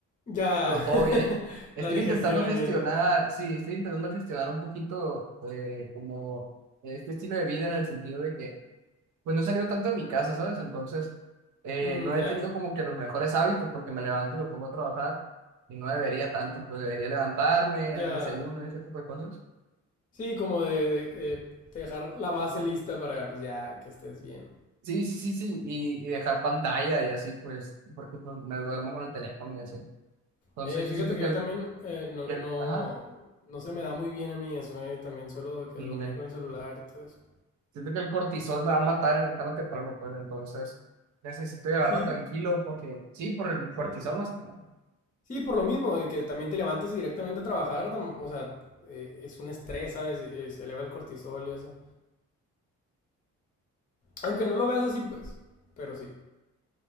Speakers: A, on the left; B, on the right.
A: Ya.
B: pero todo
A: <laughs>
B: bien. Estoy
A: La digestión
B: intentando gestionar,
A: y eso.
B: sí, estoy intentando gestionar un poquito eh, como eh, este estilo de vida en el sentido de que, pues no he salido tanto de mi casa, ¿sabes? Entonces, eh,
A: Mm,
B: no he
A: ya,
B: tenido como que los mejores hábitos porque me levanto y me pongo a trabajar. Y no debería tanto, pues debería levantarme,
A: ya.
B: hacer desayuno y ese tipo de cosas.
A: Sí, como de, de, eh, de dejar la base lista para pues ya que estés bien.
B: Sí, sí, sí, sí, y, y dejar pantalla y así, pues, porque pues me duermo con el teléfono y así. Entonces
A: Eh, fíjate
B: yo siento
A: que
B: que
A: yo
B: el,
A: también eh, no,
B: que
A: no,
B: el- ajá,
A: no se me da muy bien a mí eso, eh. También suelo que
B: ándale.
A: dormir con el celular y todo eso.
B: siento que el cortisol me va a matar en tarde o temprano, pues, entonces necesito llevarlo
A: Sí,
B: tranquilo, porque sí, por el cortisol
A: sí, sí.
B: más que nada.
A: Sí, por lo mismo, de que también te levantas y directamente a trabajar, tam- o sea, eh, es un estrés, ¿sabes? Y- y se eleva el cortisol y eso. Aunque no lo veas así, pues, pero sí.